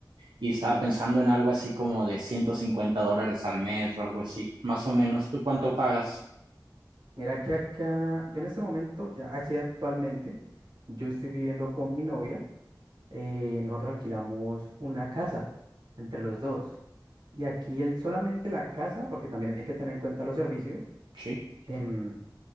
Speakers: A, on the right; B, on the right.
A: y estaba
B: ujú.
A: pensando en algo así como de 150 dólares al mes o algo así, más o menos. ¿Tú cuánto pagas?
B: Mira que acá, yo en ese momento, ya así actualmente, yo estoy viviendo con mi novia. eh, nosotros alquilamos una casa entre los dos. Y aquí el, solamente la casa, porque también hay que tener en cuenta los servicios.
A: Sí.
B: em,